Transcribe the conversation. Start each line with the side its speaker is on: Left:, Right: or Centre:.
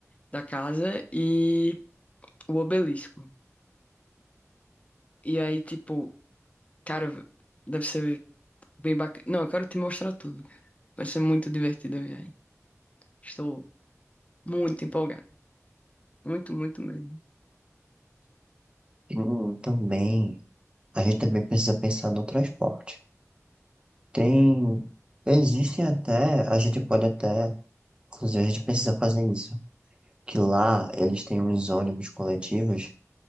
Left: da casa, e o Obelisco. E aí, tipo, cara, deve ser bem bacana. Não, eu quero te mostrar tudo, cara. Vai ser muito divertido a viagem. Estou muito empolgado. Muito, muito mesmo.
Right: Hum, Também, a gente também precisa pensar no transporte. Tem, existem até, a gente pode até, inclusive a gente precisa fazer isso, que lá eles têm uns ônibus coletivos